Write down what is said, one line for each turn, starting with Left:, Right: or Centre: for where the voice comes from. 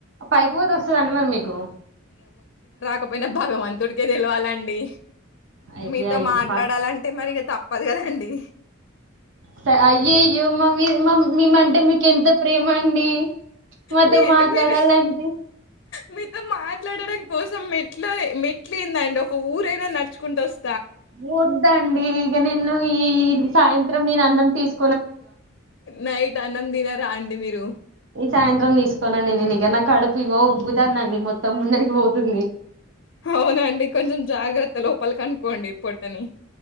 Right: పైకిపోతే వస్తదా అండి మరి మీకు
Left: కపోయినా భగవంతుడికే తెలువాలండి
Right: అయ్యా
Left: మీతో
Right: అయ్యో
Left: మాట్లాడాలంటే
Right: మా
Left: మరిగ తప్ ప్పదు కదండీ
Right: స అయ్యయ్యో మమీద్ మ మీ మంటే మీకేంత ప్రేమండి మాతో
Left: మీ
Right: మాట్లాడాలంటే
Left: మీరు మీతో మాట్లాడడం కోసం మెట్ల మెట్లేందండి ఒక ఊరైనా నడుచుకుంటొస్
Right: ఓద్దండి ఇగ నిన్ను ఈ సాయంత్రం నేనన్నం తీస్
Left: నైట్ అన్నం దిన రా అండి మీరు
Right: ఈ సాయంత్రం తీసుకోనండి నేను ఇగ నా కడుపు ఇగో ఉబ్బుతాందండి మొత్తం ముందరికి పోతుంది
Left: అవునండి కొంచెం జాగ్రత్తలో పలు కనుకోండి పొట్టని